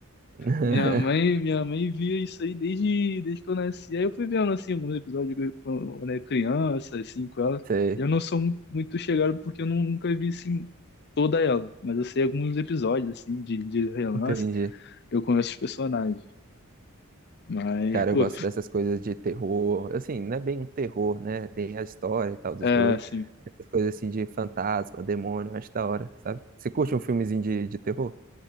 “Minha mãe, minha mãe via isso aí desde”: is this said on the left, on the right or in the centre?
Left